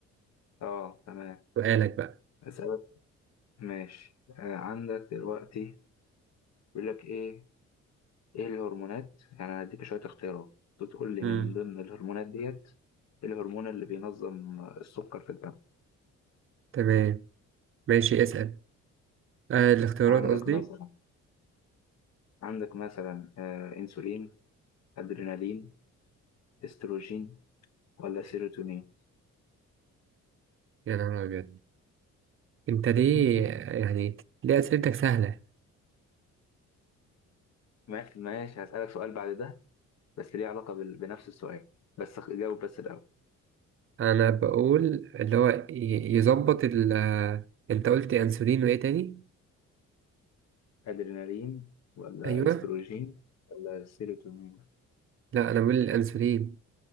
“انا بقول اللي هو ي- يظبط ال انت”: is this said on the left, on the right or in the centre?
Right